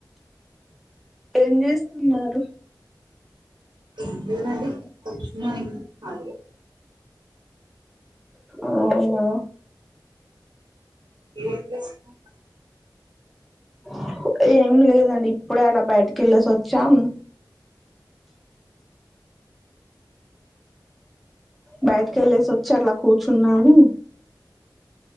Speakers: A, in the centre; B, on the right.
A: ఏం జేస్తున్నారు
B: ఏం లేదు అండి కూర్చున్నా నేను కాళియే
A: ఔనా
B: ఏం <unintelligible>
A: <inaudible> ఏం లేదండి ఇప్పుడే అల బయటకి ఏళ్లేసి ఓచ్చాం బయటికి ఏల్లేసి ఓచ్చి అట్ల కూర్చున్నాను.